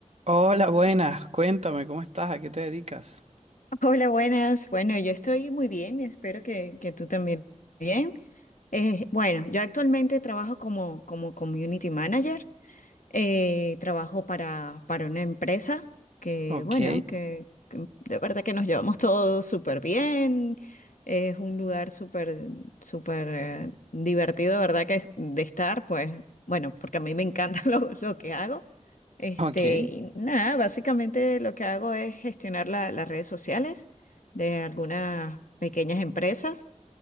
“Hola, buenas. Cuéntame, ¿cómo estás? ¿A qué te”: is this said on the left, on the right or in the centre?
Right